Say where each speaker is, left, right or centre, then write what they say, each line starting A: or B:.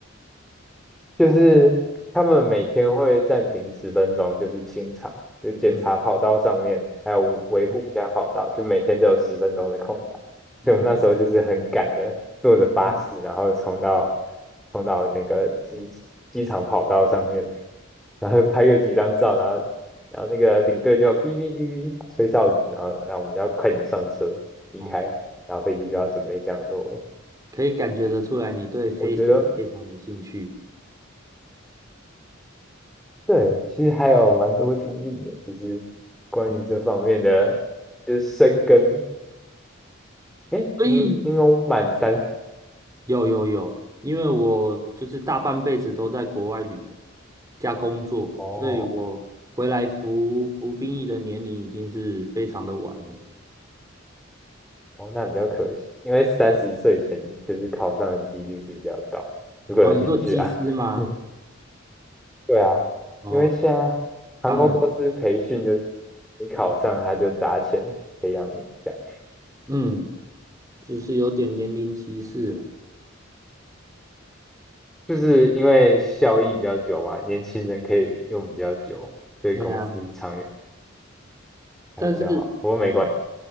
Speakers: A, in the centre; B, on the right.
A: 就是他们每天会暂停十分钟，就是清场，就是检查跑道上面，
B: 嗯
A: 还有维护一下跑道，就每天都有十分钟的空档。
B: 嗯，
A: 所以我们那时候就是很赶的，坐着巴士，然后冲到冲到那个机机场跑道上面，然后拍个几张照，然后然后那个领队就哔哔哔哔吹哨子，然后然后我们就要快点上车离开，
B: 哦，
A: 然后飞机就要准备降落了。
B: 可以感觉得出来你对飞行非常有兴趣。
A: 我觉得对，其实还有蛮多经历的，就是关于这方面的，
B: 嗯，
A: 就是深耕。诶，
B: 所以
A: 你你有满三十
B: 有有有，因为我就是大半辈子都在国外旅游加工作，
A: 哦
B: 所以我回来服服兵役的年龄已经是非常的晚了。
A: 哦，那比较可惜，因为三十岁前就是考上的几率是比较高的。如果有兴趣啊，
B: 哦，你说机师吗？
A: <laughs> 对啊，
B: 哦，
A: 因为现在航空公司培训就是
B: 当然，
A: 你考上他就砸钱培养你，这样
B: 嗯。就是有点年龄歧视了。
A: 就是因为效益比较久嘛，年轻人可以用比较久，对公司长远
B: 对呀，
A: 还比较好。
B: 但是
A: 不过没关。系。